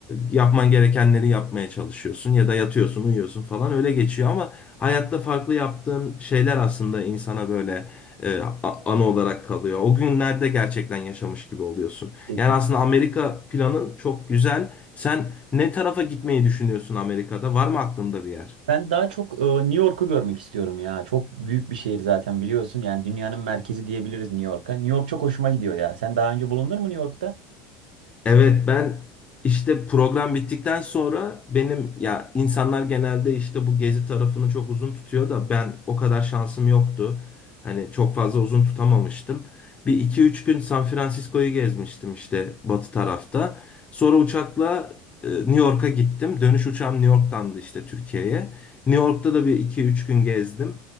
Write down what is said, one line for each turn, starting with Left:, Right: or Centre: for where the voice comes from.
Left: yapman gerekenleri yapmaya çalışıyorsun ya da yatıyorsun uyuyorsun falan öyle geçiyor ama hayatta farklı yaptığın şeyler aslında insana böyle e, a- anı olarak kalıyor. O günlerde gerçekten yaşamış gibi oluyorsun.
Right: Kesin.
Left: Yani aslında Amerika planın çok güzel. Sen ne tarafa gitmeyi düşünüyorsun Amerika'da? Var mı aklında bir yer?
Right: Ben daha çok e, New York'u görmek istiyorum ya. Çok büyük bir şehir zaten biliyorsun. Yani dünyanın merkezi diyebiliriz New York'a. New York çok hoşuma gidiyor ya. Sen daha önce bulundun mu New York'ta?
Left: Evet ben işte program bittikten sonra benim ya insanlar genelde işte bu gezi tarafını çok uzun tutuyor da ben o kadar şansım yoktu. Hani çok fazla uzun tutamamıştım. Bir iki üç gün San Francisco'yu gezmiştim işte batı tarafta. Sonra uçakla e, New York'a gittim. Dönüş uçağım New York'tandı işte Türkiye'ye. New York'ta da bir iki üç gün gezdim.